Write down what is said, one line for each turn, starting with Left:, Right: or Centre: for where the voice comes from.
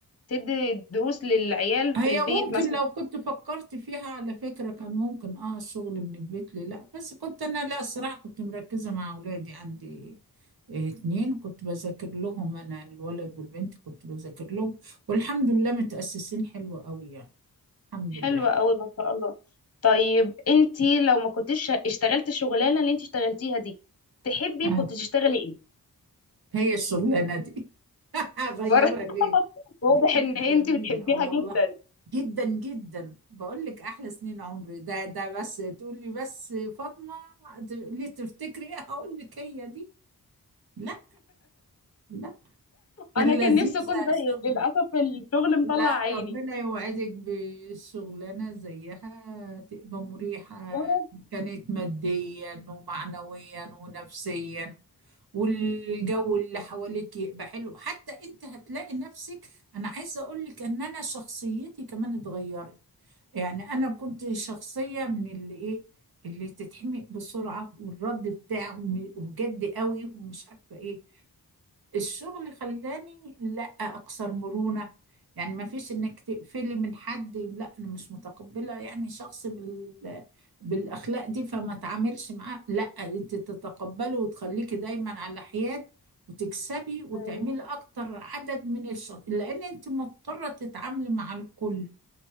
Left: تدي دروس للعيال
Right: هي
Left: في البيت
Right: ممكن
Left: مثلا
Right: لو كنت فكرت فيها على فكرة كان ممكن اه الشغل من البيت لي لا بس كنت انا لا الصراحة كنت مركزة مع اولادي عندي آه، اتنين كنت بذاكر لهم انا الولد والبنت كنت بذاكر لهم والحمد لله متأسسين حلو قوي يعني الحمد
Left: حلوة
Right: لله
Left: أوي ما شاء الله طيب انتي لو ما كنتش اشتغلت الشغلانة اللي انتي اشتغلتيها دي تحبي
Right: آه.
Left: كنت تشتغلي ايه؟
Right: هي الشغلانة دي اغيرها
Left: برضه <laughs>
Right: ليه
Left: واضح
Right: دي كانت
Left: ان انتي
Right: جميلة
Left: بتحبيها
Right: والله
Left: جدا
Right: جدا جدا بقول لك احلى سنين عمري ده ده بس تقول لي بس فاطمة ت- ليه تفتكري <laughs> ايه هقول لك هي دي لا لا كان
Left: انا كان
Right: لذيذ
Left: نفسي اكون زيك
Right: الشغل
Left: للأسف الشغل
Right: لا
Left: مطلع عيني
Right: ربنا يوعدك بشغلانة زيها تبقى مريحة
Left: يا رب
Right: كانت ماديا ومعنويا ونفسيا والجو اللي حواليك يبقى حلو حتى انت هتلاقي نفسك انا عايزه اقول لك ان انا شخصيتي كمان اتغيرت يعني انا كنت شخصيه من اللي ايه اللي تتحمق بسرعه والرد بتاعه م- وجد قوي ومش عارفه ايه الشغل خلاني لا اكثر مرونة يعني ما فيش انك تقفلي من حد لا انا مش متقبلة يعني شخص بال... بالاخلاق دي فما تعاملش معاه لا انت تتقبله وتخليكي دايما على حياد وتكسبي وتعملي
Left: مم.
Right: اكتر عدد من الشخص لان انت مضطرة تتعاملي مع الكل